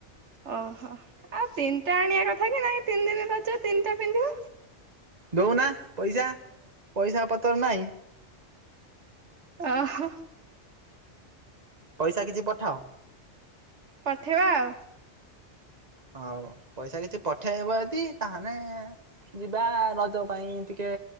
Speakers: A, on the right; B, on the right.
A: ଓ ହୋ। ଆଉ ତିନିଟା ଆଣିଆ କଥା କି ନାଇ ତିନି ଦିନି ରଜ ତିନିଟା ପିନ୍ଧିବ।
B: ଦଉନା ପଇସା ପଇସା ପତ୍ର ନାଇଁ।
A: ଓ ହୋ।
B: ପଇସା କିଛି ପଠାଅ।
A: ପଠେଇବା ଆଉ।
B: ହଉ ପଇସା କିଛି ପଠେଇବ ଯଦି ତାହେନେ ଯିବା ରଜ ପାଇଁ ଟିକେ